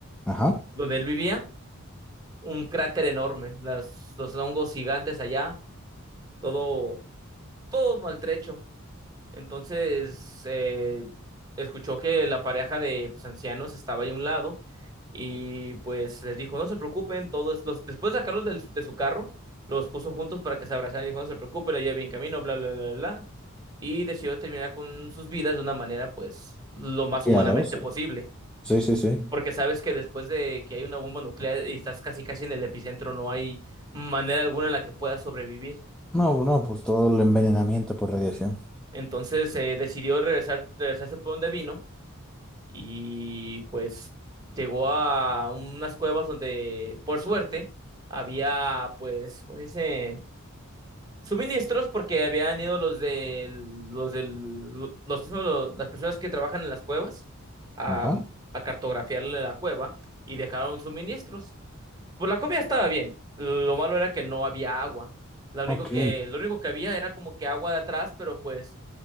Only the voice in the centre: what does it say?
Ajá.
Y
a 12.
Sí, sí, sí.
No, no, pues todo el envenenamiento por radiación.
Ajá.
Ok.